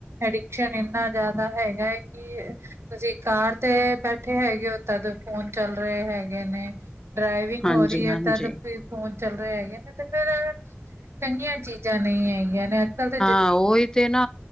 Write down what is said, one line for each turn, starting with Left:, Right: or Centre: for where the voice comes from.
Right: ਅਡਿਕਸ਼ਨ ਇੰਨਾ ਜ਼ਿਆਦਾ ਹੈਗਾ ਹੈ ਕਿ ਅਸੀਂ ਕਾਰ ਤੇ ਬੈਠੇ ਹੈਗੇ ਹੋ ਤਦ ਫੋਨ ਚੱਲ ਰਹੇ ਹੈਗੇ ਨੇ ਡਰਾਈਵਿੰਗ
Left: ਹਾਂਜੀ
Right: ਹੋ ਰਹੀ ਹੈ
Left: ਹਾਂਜੀ
Right: ਤਦ ਫਿਰ ਫੋਨ ਚੱਲ ਰਿਹਾ ਹੈਗੇ ਨੇ ਤੇ ਫਿਰ ਚੰਗੀਆਂ ਚੀਜ਼ਾਂ ਨਹੀਂ ਹੈਗੀਆਂ ਨੇ ਅੱਜ ਕੱਲ ਤਾਂ
Left: ਹਾਂ ਉਹੀ ਤੇ ਨਾ